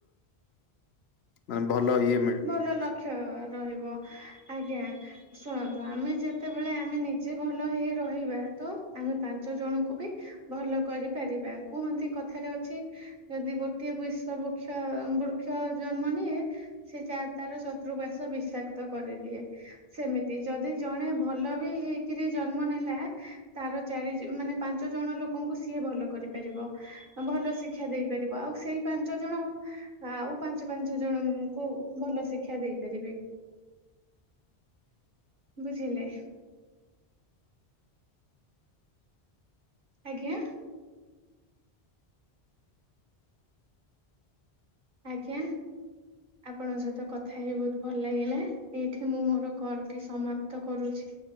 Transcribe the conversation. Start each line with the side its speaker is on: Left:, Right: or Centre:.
Left: ଉଁ ଭଲ ଇଏ ମେ
Right: ଭଲ ଲକ୍ଷ୍ୟ ରହିବ ଆଜ୍ଞା। ଶୁଣନ୍ତୁ ଆମେ ଯେତେବେଳେ ଆମେ ନିଜେ ଭଲ ହେଇ ରହିବା ତ ଆମେ ପାଞ୍ଚ ଜଣଙ୍କୁ ବି ଭଲ କରିପାରିବା। କୁହନ୍ତି କଥାରେ ଅଛି ଯଦି ଗୋଟିଏ ବିଶ ବୃକ୍ଷ ବୃକ୍ଷ ଜନ୍ମ ନିଏ ସେ ଚା ତାର ସ ତୃବାସ ବିଷାକ୍ତ କରିଦିଏ। ସେମିତି ଯଦି ଜଣେ ଭଲ ବି ହେଇକିରି ଜନ୍ମ ନେଲା ତାର ଚାରିଜ ମାନେ ପାଞ୍ଚ ଜଣ ଲୋକଙ୍କୁ ସିଏ ଭଲ କରିପାରିବ ଭଲ ଶିକ୍ଷା ଦେଇପାରିବ ଆଉ ସେଇ ପାଞ୍ଚ ଜଣ ଆଉ ପାଞ୍ଚ ପାଞ୍ଚ ଜଣମ ଉମ୍ କୁ ଭଲ ଶିକ୍ଷା ଦେଇପାରିବେ ବୁଝିଲେ। ଆଜ୍ଞା? ଆଜ୍ଞା ଆପଣଙ୍କ ସହିତ କଥା ହେଇ ବହୁତ୍ ଭଲ୍ ଲାଗିଲା। ଏଇଠି ମୁଁ ମୋର କଲ୍ ଟି ସମାପ୍ତ କରୁଛି।